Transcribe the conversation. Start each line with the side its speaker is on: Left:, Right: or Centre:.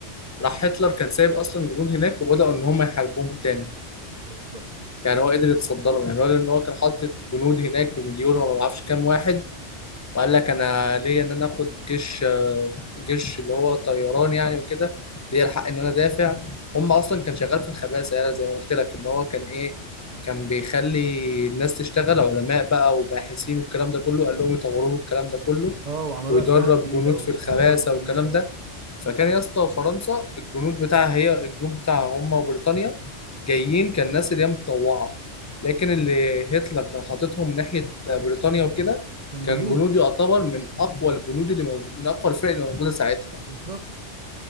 Left: راح هتلر كان سايب أصلا جنود هناك وبدأوا إن هم يحاربوهم تاني
Right: بالظبط
Left: يعني هو قدر يتصدى لهم يعني هو لان هو كان حاطط جنود هناك بمليون ولا ما اعرفش كام واحد وقال لك انا ليا ان انا اخد جيش جيش اللي هو طيران يعني وكده ليا الحق ان انا دافع هم اصلا كان شغال في الخباثه يعني زي ما قلت لك ان هو كان ايه كان بيخلي الناس تشتغل علماء بقى وباحثين والكلام ده كله قال لهم يطوروا له الكلام ده كله
Right: اه وعملوا
Left: ويدرب
Right: أسلحة جديدة
Left: جنود
Right: وطيارات
Left: في الخباثه
Right: جديدة
Left: والكلام ده فكان يا اسطى فرنسا الجنود بتاعها هي الجنود بتاعها هم وبريطانيا جايين كان ناس اللي هي متطوعه لكن اللي هتلر كان حاططهم ناحيه بريطانيا وكده
Right: كان
Left: كان
Right: جنون
Left: جنود يعتبر من اقوى الجنود اللي موجود من اقوى الفرق اللي موجوده ساعتها
Right: بالظبط